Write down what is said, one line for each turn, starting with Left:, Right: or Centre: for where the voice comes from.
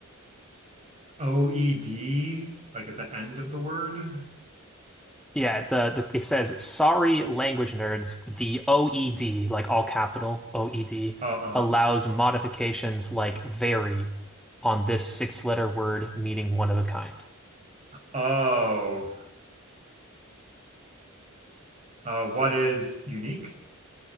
Right: OED, like at the end of the word.
Centre: Yeah, the, the it says sorry, language nerds, the OED, like all capital OED,
Right: Oh, uh-huh.
Centre: allows modifications like vary on this six letter word meaning one of a kind.
Right: Oh, uh, what is unique?